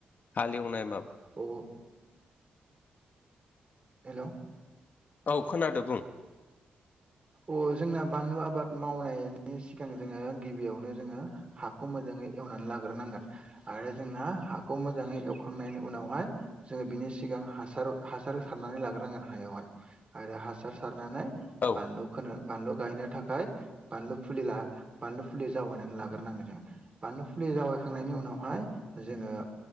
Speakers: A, on the left (about 55°); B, on the right (about 35°).
A: हालेवनाय मा
B: औ हेलौ
A: औ खोनादों बुं
B: अ जोंना बानलु आबाद मावनायनि सिगां जोङो गिबियावनो जोङो हाखौ मोजाङै एवनानै लाग्रोनांगोन आरो जोंना हाखौ मोजाङै एवखांनायनि उनावहाय जोङो बिनि सिगा हासार हासार सारनानै लाग्रांगोन हायावहाय आरो हासार सारनानै
A: औ
B: बानलु खोनो बानलु गायनो थाखाय बानलु फुलि ला बानलु फुलि जावैनानै लाग्रोनांगो जों बानलु फुलि जावायखांनायनि उनावहाय जों ओ